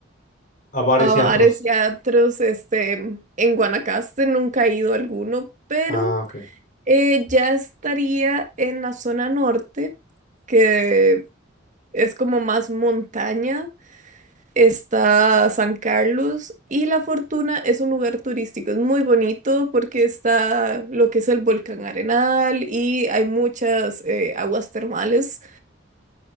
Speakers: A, on the left (about 45°); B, on the right (about 40°).
A: A bares
B: a
A: y
B: bares
A: antros.
B: y a antros, este, en Guanacaste nunca he ido a alguno, pero
A: Ah, ok.
B: eh, ya estaría en la zona norte, que es como más montaña. Está San Carlos y La Fortuna es un lugar turístico, es muy bonito porque está lo que es el volcán Arenal y hay muchas eh, aguas termales.